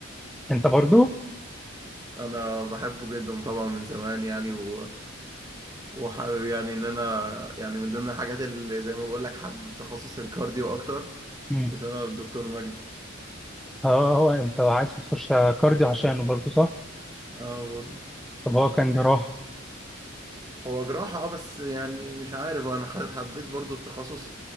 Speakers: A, in the centre; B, on the right (about 20°).
A: أنت برضو؟
B: انا بحبه جدا طبعا من زمان يعني و... وحابب يعني ان انا يعني من ضمن الحاجات اللي زي ما بقول لك حابب تخصص الكارديو اكتر
A: مم.
B: بسبب دكتور مجدي
A: اه هو أنت عايز تخش كارديو عشانه برضو صح؟
B: اه برضه
A: طب هو كان جراح
B: هو جراحة اه بس يعني مش عارف انا ح- حبيت برضو التخصص